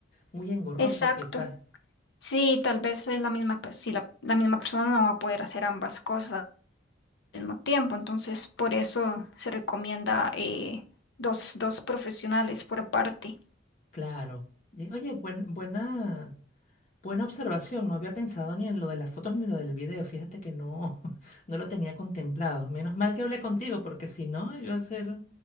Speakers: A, on the left (about 45°); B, on the left (about 65°).
A: muy engorroso
B: Exacto.
A: quizás.
B: Sí, tal vez es la misma, pues, si la, la misma persona no va a poder hacer ambas cosas al mismo tiempo, entonces por eso se recomienda eh, dos, dos profesionales por aparte.
A: Claro. Y- Oye, buen- buena, buena observación, no había pensado ni en lo de las fotos ni en lo del video, fíjate que no, <laughs> no lo tenía contemplado. Menos mal que hablé contigo, porque si no, iba a ser